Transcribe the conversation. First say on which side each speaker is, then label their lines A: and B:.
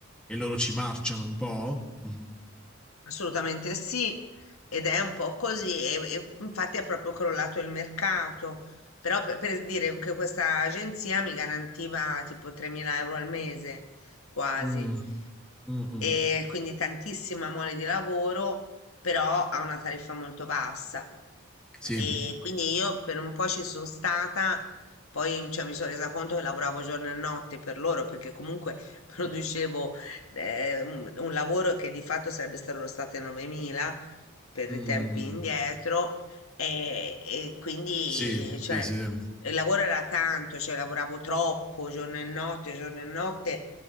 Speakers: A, in the centre; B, on the left (about 80°).
A: e loro ci marciano un po'? Mhm.
B: Assolutamente sì, ed è un po' così, e, e infatti è proprio crollato il mercato, però per, per dire che questa agenzia mi garantiva tipo 3.000 euro al mese, quasi.
A: Mm, mm, mm,
B: e quindi tantissima mole di lavoro, però a una tariffa molto bassa.
A: Sì.
B: E quindi io per un po' ci sono stata, poi cioè, mi sono resa conto che lavoravo giorno e notte per loro, perché comunque <laughs> producevo eh, un, un lavoro che di fatto sarebbe stato costato 9.000 per
A: mm,
B: i tempi
A: mm.
B: indietro, e, e quindi
A: Sì, sì,
B: cioè,
A: sì.
B: il lavoro era tanto, cioè lavoravo troppo giorno e notte, giorno e notte